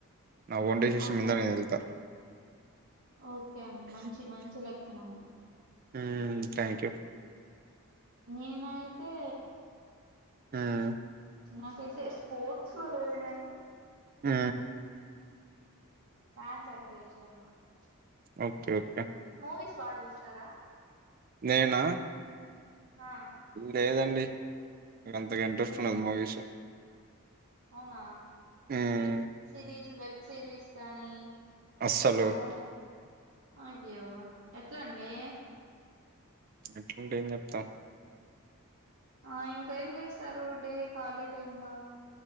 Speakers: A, on the right; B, on the right.
A: నా ఫోన్ డెసిషన్స్
B: ఆహా
A: మీద నేను వెళ్త
B: ఓకే అండి మంచి మంచి లక్షణము
A: ఉమ్ థ్యాంక్ యూ
B: నేనైతే
A: ఉమ్
B: నాకైతే స్పోర్ట్స్ లో లేదు గానీ
A: ఉ
B: డ్యాన్స్ అంటే ఇష్టం నాకు
A: ఓకే ఓకే
B: మూవీస్ బాగా చూస్తారా
A: నేనా
B: ఆ
A: లేదండి నాకు అంతగా ఇంట్రెస్ట్
B: ఏం
A: ఉన్నది మూవీస్
B: అవునా
A: హ్మ్.
B: సిరీస్ వెబ్ సిరీస్ కానీ
A: అస్సలు
B: అవి అయ్యో ఎట్ల అండి
A: ఎట్లాంటే ఏం చెప్తా
B: ఆ ఇంకా ఏం చేస్తారు డే ఖాళీ టైమ్ లో